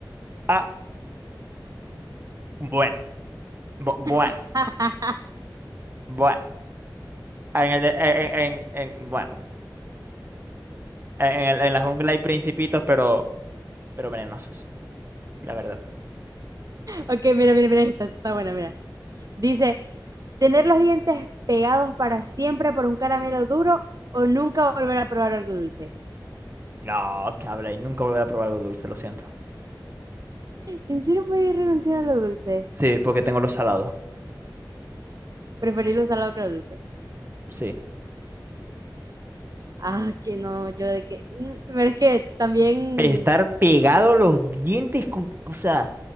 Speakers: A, on the right (about 30°); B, on the right (about 50°).
A: Ah, bueno, bu- bueno,
B: <laughs>
A: bueno. En el de- en, en- en- bueno, en, en el- en la jungla hay principitos, pero, pero venenosos, la verdad.
B: Ok, mira, mira, mira, esta está buena, mira. Dice, tener los dientes pegados para siempre por un caramelo duro o nunca volver a probar algo dulce.
A: No, que habla y nunca volveré a probar algo dulce, lo siento.
B: ¿En serio puedes renunciar a lo dulce?
A: Sí, porque tengo los salados.
B: Preferir lo salado que lo dulce.
A: Sí.
B: Ah, que no, yo de que... mm, Pero es que también
A: Estar pegado los dientes con... O sea,